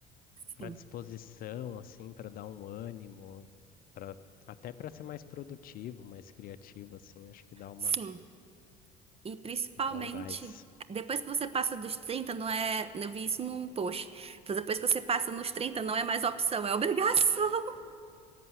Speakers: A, on the right (about 30°); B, on the left (about 45°).
A: Sim,
B: para disposição, assim, para dar um ânimo, para até para ser mais produtivo, mais criativo, assim, acho que dá uma
A: sim. E principalmente,
B: dá um gás.
A: depois que você passa dos 30, não é. Eu vi isso num post. Depois que você passa nos 30, não é mais opção, é obrigação. <laughs>